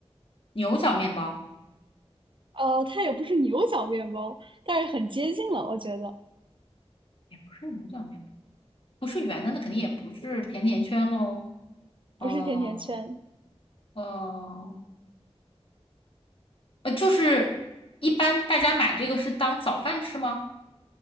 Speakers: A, on the left; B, on the right.
A: 牛角面包
B: 呃，它也不是牛角面包，但是很接近了，我觉得
A: 也不是牛角面包，不是圆的，那肯定也不是甜甜圈喽。
B: 不是甜甜圈，
A: 哦、呃哦、呃，就是一般大家买这个是当早饭吃吗？